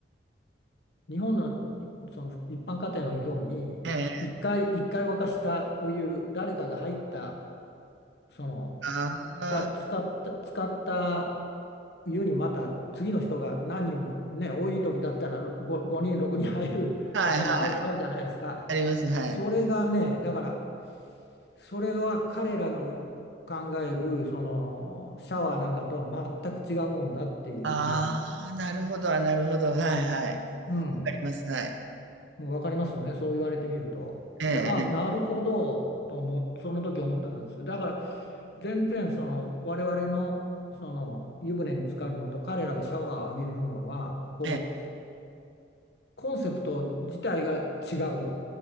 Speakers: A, on the left (about 60°); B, on the right (about 80°).
A: <laughs> 日本のいその一般家庭のように一回一回沸かしたお湯誰かが入った
B: ええ。
A: その
B: あ
A: が使った、使った湯にまた次の人が何人もね、多い時だったら5、5人、6人入る家庭もある、
B: あ、はいはい。
A: <laughs> あるじゃないですか。
B: あります、はい。
A: それがね、だからそれは彼らの考えるそのシャワーなんかとは全く違うもんだっていうふうに、
B: ああ、なるほど、あ、なるほど。はいはい。
A: うん、
B: あります、はい。
A: もう分かりますね、そう言われてみると。
B: ええ、
A: で、ああ、
B: え
A: なるほどと思っその時思ったんです。だから全然その我々のその湯船に浸かるのと彼らがシャワーを浴びるのはこう
B: え、ええ。
A: コンセプト自体が違う